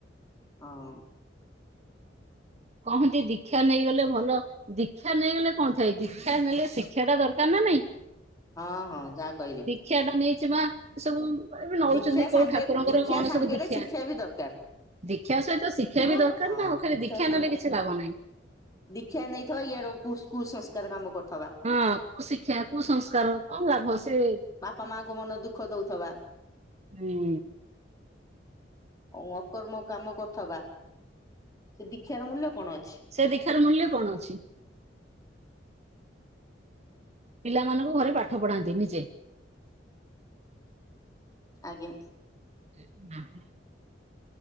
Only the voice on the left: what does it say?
ହଁ‌।
ହଁ ହଁ ଯାହା କହିଲେ।
ଦୀକ୍ଷା
ସାଙ୍ଗେ
ଦୀକ୍ଷା
ସାଙ୍ଗରେ
ଶିକ୍ଷା ବି ଦରକାର
ଥିବ
ହଁ
ସାଙ୍ଗ
ଦୀକ୍ଷା ନେଇଥାଉ ଇଆଡୁ କୁସଂସ୍କାର କାମ କରୁଥିବା।
ବାପା ମାଙ୍କ ମନ ଦୁଃଖ ଦଉଥିବା।
ଓ ଅକର୍ମ କାମ କରୁଥିବା। ସେ ଦୀକ୍ଷାର ମୂଲ୍ୟ କଣ ଅଛି।
ଆଜ୍ଞା।